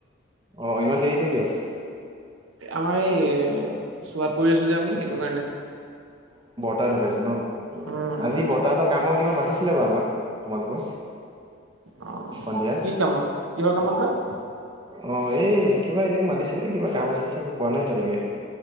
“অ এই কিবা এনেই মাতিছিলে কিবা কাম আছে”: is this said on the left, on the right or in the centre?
Right